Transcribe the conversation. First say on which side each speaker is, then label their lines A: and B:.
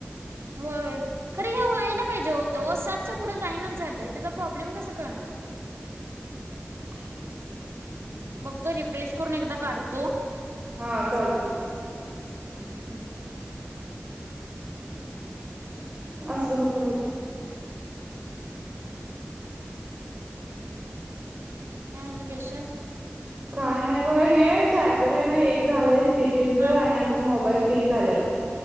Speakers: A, on the right; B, on the right.
A: हो खरे हे व्हायला पाहिजे होतं व सातच्या पुढं जाईनाच झालंय त्याचा प्रॉब्लेम कसं कळणार.
B: <unintelligible> े
A: बघतो रिफ्रेश करून एकदा काढतो
B: हा चालतय
A: नंतर हम्म हम्.
B: असते नकराहते. <inaudible>
A: काय नि स्ेशल.
B: काय नाही बघा हे चार्जर आहे ना एक झालंय सिपीनचं
A: हा
B: आणि आमच्यात मोबाईल तीन झाल्यात.